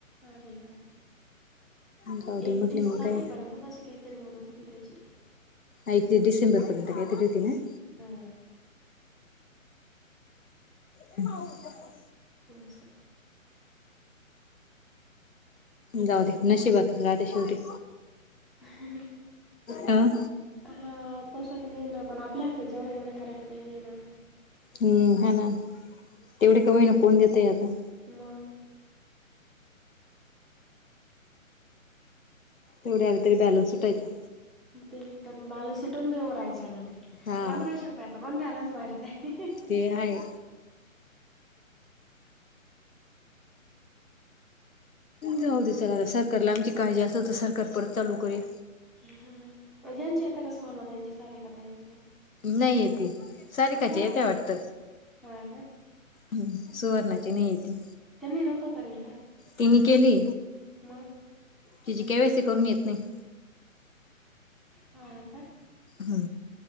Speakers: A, in the centre; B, on the left (about 75°).
A: अरे राम
B: जाऊ दे
A: एकतीस
B: म्हटले मग
A: तारखेपर्यंतच
B: काय
A: असे काही तरी मुदत होती त्याची
B: एकतीस डिसेंबरपर्यंत कायतर होती ना
A: हा
B: हम <unintelligible>
A: तुमचं
B: जाऊदे नशीबतच राते शेवटी
A: अ हम्
B: अं
A: हा तसं की नाही ना पण आपल्या हातात जेवढंय तेेवढं करायला पाहिजे ना
B: हम्म हा ना तेवढे
A: हं.
B: का होई ना कोण देतय आता
A: मग
B: तेवढे आले तरी बॅलन्स सुटायचं.
A: तेच तर, बाल सुटून बी राहायचे. ना ते.
B: हा
A: पंधराशे रुपयाचा कोण बॅलन्स मारितय?
B: ते हाय. जाऊ दे. चला सरकारला आमची काळजी असल, तर सरकार परत चालू करील.
A: हू हू. म यांचे कसे होणार? आता सारिका ताईंचे
B: नाहीये ती सारिकाची
A: बरं
B: येतंय वाटत.
A: हां का
B: हम् सुवर्णाची नाही येती.
A: त्यांनी नव्हता. करेल का?
B: तिने केली.
A: मग
B: तिची केवायसी करून येत नाही.
A: हा का?
B: हा.